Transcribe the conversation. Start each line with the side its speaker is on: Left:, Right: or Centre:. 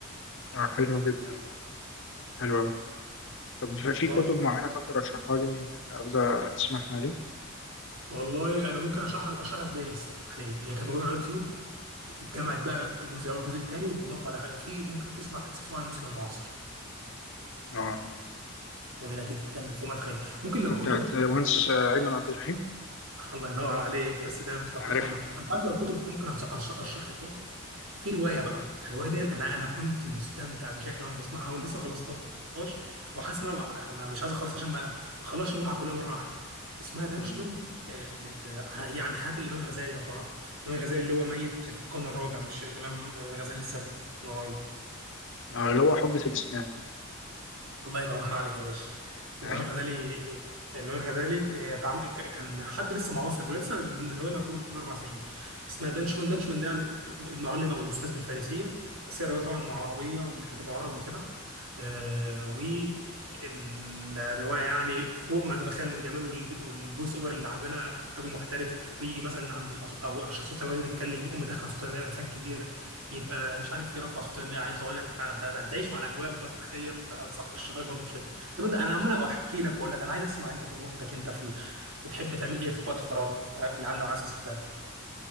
Left: آه، حلو جدا ده حلو أوي طب في
Right: برضه
Left: كتب معينة طب ترشحها لي أبدأ أسمعها لي؟
Right: والله انا ممكن اشرح لك اشرح لك بلاي ليست عليه هي كانت موجوده على اليوتيوب اتجمعت بقى الجزء الاول والجزء الثاني ومضاف على حاجه فيه ممكن تسمع تاسيسه عن المسلم المعاصر
Left: اه
Right: جميله جدا فوق ما تتخيل ممكن لو
Left: دي بتاعت
Right: كتب
Left: مهندس أيمن عبد الرحيم
Right: <laughs> الله ينور عليك بس ده بتنقحه
Left: عارف
Right: من- انت عارف لو كتب ممكن أنص- أرش- ارشح لك ايه في روايه بقى
Left: اه
Right: يعني الروايه دي انا انا كنت مستمتع بشكل وانا بسمعها ولسه خلصتهاش وحاسس ان انا مع- ما- مش عايز اخلص عشان ما ما اخلصش المتعه كلها مره واحده اسمها دانشمند
Left: امم
Right: آه، لل... هي عن حياه الامام الغزالي لو تعرفه الامام الغزالي اللي هو ميت في القرن الرابع مش الامام الغزالي لسه من قريب
Left: آه اللي هو حجة الإسلام
Right: الله ينور <laughs> عليك يا باشا
Left: <laughs>
Right: المهم الغزالي المهم الغزالي آه، تعم- ك- كان حد لسه معاصر دلوقتي لسه الروايه مكتوبه من اربع سنين اسمها دانشمان دانشمان ده يعني المعلم او الاستاذ بالفارسيه بس هي الروايه طبعا مع
Left: اه
Right: عربيه واللي كاتبها عربي وكده آه، والروايه يعني فوق ما تتخيل من جماله وال- والفويس اوفر اللي عاملها راجل محترف ويجي مثلا عند الأص... او الشخصيات لما تيجي تتكلم يقوم مدخن صوته لما يبقى انسان كبير يبقى مش عارف ايه رفع صوت لما عيل صغير فانت هتعيش مع الاجواء وتقعد تتخيل فانصح ارشح لك برضه بشده طب انت انا عمال احكي لك واقول لك انا عايز اسمع انت تجربتك انت في ال... بتحب تعمل ايه في وقت فراغك لعله عايز استفاد